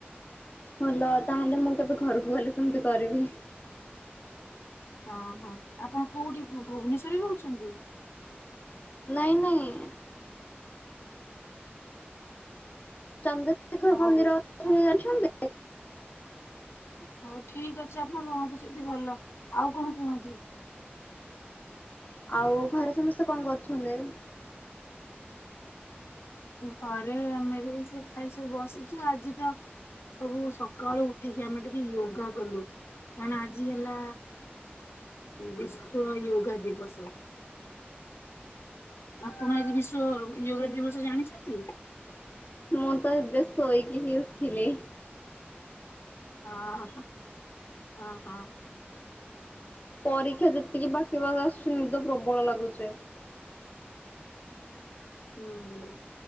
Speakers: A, on the left; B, on the left.
A: ଭଲ ତାହେଲେ ମୁଁ କେବେ ଘରକୁ ଗଲେ ସେମିତି କରିବି
B: ହଁ ହଁ ଆପଣ କୋଉଠି ଭୁ ଭୁବନେଶ୍ଵରରେ ରହୁଛନ୍ତି?
A: ନାଇଁ ନାଇଁ ଚନ୍ଦ୍ରଶେଖର
B: ହଉ
A: <inaudible> ମନ୍ଦିର ଅଛନ୍ତି ଜାଣିଛନ୍ତି
B: ହଉ ଠିକ ଅଛି ଆପଣ ରୁହନ୍ତୁ ସେଇଠି ଭଲ ଆଉ କଣ କୁହନ୍ତୁ?
A: ଆଉ ଘରେ ସମସ୍ତେ କଣ କରୁଛ ଛନ୍ଦି
B: ଘରେ ଆମେ <unintelligible> ଖାଇସାରି ବସିଛୁ ଆଜି ତ ସବୁ ସକାଳୁ ଉଠିକି ଆମେ ଟିକେ ୟୋଗା କଲୁ କାଇନା ଆଜି ହେଲା ବିଶ୍ବ ୟୋଗା ଦିବସ। ଆପଣ ଆଜି ବିଶ୍ଵ ୟୋଗା ଦିବସ ଜାଣିଛନ୍ତି?
A: ମୁଁ ତ ଏବେ ଶୋଇକି ହିଁ ଉଠିଲି।
B: ହଁ ହଁ ହଁ
A: ପରୀକ୍ଷା ଯେତିକି ପାଖେ <unintelligible> ଆସୁଛି ନିଦ ପ୍ରବଳ ଲାଗୁଛି
B: ହୁଁ